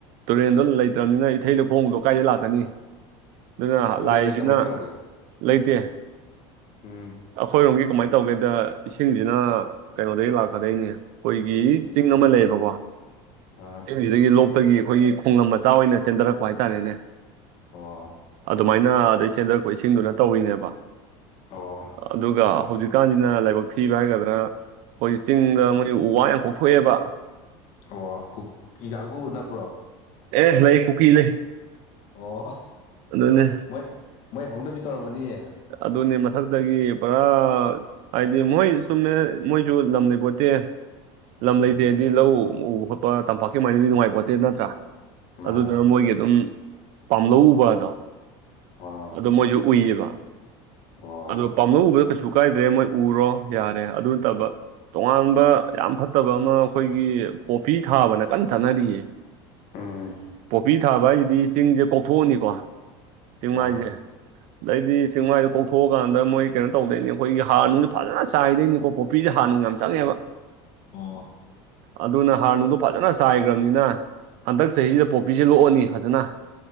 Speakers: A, on the right; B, on the left.
A: ꯇꯨꯔꯦꯟꯗꯣ ꯂꯩꯇ꯭ꯔꯕꯅꯤꯅ ꯏꯊꯩ ꯂꯧꯈꯣꯡꯗꯣ ꯀꯥꯏꯗꯩ ꯂꯥꯛꯀꯅꯤ ꯑꯗꯨꯅ
B: ꯇꯨꯔꯦꯜ
A: ꯂꯥꯛꯏꯖꯤꯅ
B: ꯂꯩꯇꯕ꯭ꯔꯣ ꯅꯣꯏꯔꯣꯝꯒꯤ
A: ꯂꯩꯇꯦ
B: ꯎꯝ
A: ꯑꯩꯈꯣꯏꯔꯣꯝꯒꯤ ꯀꯃꯥꯏꯅ ꯇꯧꯒꯦꯗ ꯏꯁꯤꯡꯁꯤꯅ ꯀꯩꯅꯣꯗꯒꯤ ꯂꯥꯛꯀꯗꯣꯏꯅꯦ ꯑꯩꯈꯣꯏꯒꯤ ꯆꯤꯡ ꯑꯃ ꯂꯩꯌꯦꯕꯀꯣkk
B: ꯑꯥ
A: ꯁꯤꯗꯒꯤ ꯂꯣꯛꯇꯒꯤ ꯑꯩꯈꯣꯏꯒꯤ ꯈꯣꯂꯝ ꯃꯆꯥ ꯑꯣꯏꯅ ꯆꯦꯟꯊꯔꯛꯄ ꯍꯥꯏꯇꯥꯔꯦꯅꯦ
B: ꯑꯣ
A: ꯑꯗꯨꯃꯥꯏꯅ ꯅ ꯑꯗꯩ ꯆꯦꯟꯗꯔꯛꯄ ꯏꯁꯤꯡꯗꯨꯅ ꯇꯧꯔꯤꯅꯦꯕ
B: ꯑꯣ
A: ꯑꯗꯨꯒ ꯍꯧꯖꯤꯛꯀꯥꯟꯁꯤꯅ ꯂꯥꯏꯕꯛ ꯊꯤꯕ ꯍꯥꯏꯒꯗ꯭ꯔꯥ ꯑꯩꯈꯣꯏ ꯆꯤꯡꯗ ꯃꯣꯏ ꯎ ꯋꯥ ꯌꯥꯝ ꯀꯣꯛ ꯊꯣꯛꯑꯦꯕ
B: ꯑꯣ ꯀꯨꯀꯤ ꯀꯥꯡꯕꯨ ꯅꯛꯄ꯭ꯔꯣ
A: ꯑꯦ ꯂꯩ ꯀꯨꯀꯤ ꯂꯩ
B: ꯑꯣ
A: ꯑꯗꯨꯅꯦ
B: ꯃꯣꯏ ꯃꯣꯏ ꯍꯧꯅꯕꯤ ꯇꯧꯔꯝꯃꯅꯤꯌꯦ
A: ꯑꯗꯨꯅꯦ ꯃꯊꯛꯇꯒꯤ ꯄꯨꯔꯥ ꯍꯥꯏꯗꯤ ꯃꯣꯏ ꯆꯨꯝꯃꯦ ꯃꯣꯏꯁꯨ ꯂꯝ ꯂꯩꯄꯣꯠꯇꯦ ꯂꯝ
B: ꯎꯝ
A: ꯂꯩꯇꯦꯗꯤ ꯂꯧ ꯎꯕ ꯈꯣꯠꯄ ꯇꯝꯄꯥꯛꯀꯤ ꯃꯥꯏꯗꯤ ꯅꯨꯡꯉꯥꯏꯄꯣꯠꯇꯦ ꯅꯠꯇ꯭ꯔꯥ
B: ꯃꯥꯅꯦ
A: ꯑꯗꯨꯗꯨꯅ ꯃꯣꯏꯒꯤ ꯑꯗꯨꯝ ꯄꯥꯝꯂꯧ ꯎꯕꯗꯣ
B: ꯑꯣ
A: ꯑꯗꯨ ꯃꯣꯏꯁꯨ ꯎꯏꯌꯦꯕ
B: ꯑꯣ
A: ꯑꯗꯣ ꯄꯥꯝꯅꯧ ꯎꯕꯗꯨ ꯀꯩꯁꯨ ꯀꯥꯏꯗ꯭ꯔꯦ ꯃꯣꯏ ꯎꯔꯣ ꯌꯥꯔꯦ ꯑꯗꯨ ꯅꯠꯇꯕ ꯇꯣꯉꯥꯟꯕ ꯌꯥꯝ ꯐꯠꯇꯕ ꯑꯃ ꯑꯩꯈꯣꯏꯒꯤ ꯄꯣꯄꯤ ꯊꯥꯕꯅ ꯀꯟꯅ ꯆꯠꯅꯔꯤꯌꯦ
B: ꯎꯝ
A: ꯄꯣꯄꯤ ꯊꯥꯕ ꯍꯥꯏꯁꯤꯗꯤ ꯆꯤꯡꯁꯦ ꯀꯣꯛꯊꯣꯛꯑꯅꯤꯀꯣ ꯆꯤꯡꯃꯥꯏꯁꯦ
B: ꯃꯥꯅꯦ
A: ꯑꯗꯩꯗꯤ ꯆꯤꯡ ꯃꯥꯏꯗꯣ ꯀꯣꯛꯊꯣꯛꯑꯀꯥꯟꯗ ꯃꯣꯏ ꯀꯩꯅꯣ ꯇꯧꯗꯣꯏꯅꯤ ꯑꯩꯈꯣꯏꯒꯤ ꯍꯥꯔ ꯅꯨꯡꯁꯦ ꯐꯖꯅ ꯆꯥꯏꯗꯣꯏꯅꯤꯀꯣ ꯄꯣꯄꯤꯁꯦ ꯍꯥꯔ ꯅꯨꯡ ꯌꯥꯝ ꯆꯪꯉꯦꯕ
B: ꯑꯣ
A: ꯑꯗꯨꯅ ꯍꯥꯔ ꯅꯨꯡꯗꯣ ꯐꯖꯅ ꯆꯥꯏꯈ꯭ꯔꯕꯅꯤꯅ ꯍꯟꯗꯛ ꯆꯍꯤꯖꯤꯗ ꯄꯣꯛꯄꯤꯁꯦ ꯂꯣꯛꯑꯅꯤ ꯐꯖꯅ